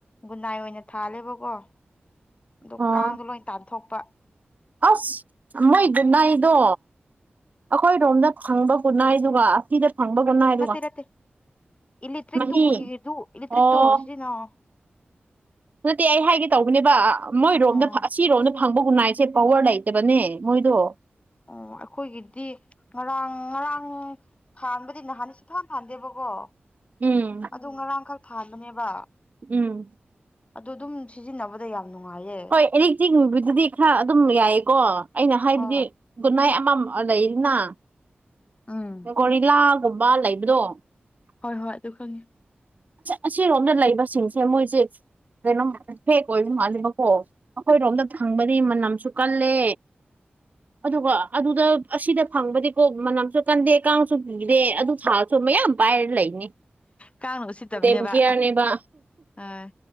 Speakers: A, on the left; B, on the right.
A: ꯒꯨꯟꯅꯥꯏ ꯑꯣꯏꯅ ꯊꯥꯂꯦꯕꯀꯣ ꯑꯗꯨ
B: ꯑꯣ
A: ꯀꯥꯡꯗꯣ ꯂꯣꯏ ꯇꯥꯟꯊꯣꯛꯄ
B: ꯑꯁ ꯃꯣꯏ ꯒꯨꯅꯥꯏꯗꯣ ꯑꯩꯈꯣꯏꯔꯣꯝꯗ ꯐꯪꯕ ꯒꯨꯅꯥꯏꯗꯨꯒ ꯑꯁꯤꯗ ꯐꯪꯕ ꯒꯨꯅꯥꯏ
A: ꯅꯠꯇꯦ
B: ꯗꯨꯒ
A: ꯅꯠꯇꯦ ꯏꯂꯦꯛꯇ꯭ꯔꯤꯛꯇꯨꯒꯤꯗꯨ
B: ꯃꯍꯤ
A: ꯏꯂꯦꯛꯇ꯭ꯔꯤꯛꯇꯣ
B: ꯑꯣ
A: ꯁꯤꯖꯤꯟꯅꯧ
B: ꯅꯠꯇꯦ ꯑꯩ ꯍꯥꯏꯒꯦ ꯇꯧꯕꯅꯦꯕ ꯃꯣꯏꯔꯣꯝꯗ
A: ꯎꯝ
B: ꯑꯁꯤꯔꯣꯝꯗ ꯐꯪꯕ ꯒꯨꯅꯥꯏꯁꯦ ꯄꯋꯥꯔ ꯂꯩꯇꯕꯅꯦ ꯃꯣꯏꯗꯣ
A: ꯑꯣ ꯑꯩꯈꯣꯏꯒꯤꯗꯤ ꯉꯔꯥꯡ ꯉꯔꯥꯡ ꯊꯥꯟꯕꯗꯤ ꯅꯍꯥꯟ ꯁꯨꯊꯥꯟ ꯊꯥꯟꯗꯦꯕꯀꯣ
B: ꯎꯝ
A: ꯑꯗꯨ ꯉꯔꯥꯡꯈꯛ ꯊꯥꯕꯅꯦꯕ
B: ꯎꯝ
A: ꯑꯗꯨ ꯑꯗꯨꯝ ꯁꯤꯖꯤꯟꯅꯕꯗ ꯌꯥꯝ ꯅꯨꯡꯉꯥꯏꯌꯦ
B: ꯍꯣꯏ ꯑꯦꯔꯤꯛ ꯆꯤꯡꯕꯗꯨꯗꯤ ꯈꯔ ꯑꯗꯨꯝ ꯌꯥꯏꯀꯣ ꯑꯩꯅ ꯍꯥꯏꯕꯗꯤ
A: ꯑꯣ
B: ꯒꯨꯅꯥꯏ ꯑꯃ ꯂꯩꯔꯤꯅ
A: ꯎꯝ
B: ꯒꯣꯔꯤꯂꯥꯒꯨꯝꯕ ꯂꯩꯕꯗꯣ
A: ꯍꯣꯏ ꯍꯣꯏ ꯑꯗꯨ ꯈꯪꯉꯦ
B: ꯑꯁꯤꯔꯣꯝꯅ ꯂꯩꯕꯁꯤꯡꯁꯦ ꯃꯣꯏꯁꯦ ꯩꯀꯩꯅꯣ ꯐꯦꯛ ꯑꯣꯏꯕ ꯃꯥꯜꯂꯦꯕꯀꯣ ꯑꯩꯈꯣꯏꯔꯣꯝꯗ ꯐꯪꯕꯗꯤ ꯃꯅꯝꯁꯨ ꯀꯜꯂꯦ ꯑꯗꯨꯒ ꯑꯗꯨꯗ ꯑꯁꯤꯗ ꯐꯪꯕꯗꯤꯀꯣ ꯃꯅꯝꯁꯨ ꯀꯟꯗꯦ ꯀꯥꯡꯁꯨ ꯀꯤꯗꯦ ꯑꯗꯨ ꯁꯥꯔꯁꯨ ꯃꯌꯥꯝ ꯄꯥꯏꯔ ꯂꯩꯅꯤ
A: ꯀꯥꯡꯅ ꯎꯁꯤꯠꯇꯕꯅꯦꯕ
B: ꯗꯦꯝ ꯀꯤꯌꯔꯅꯦꯕ
A: ꯑ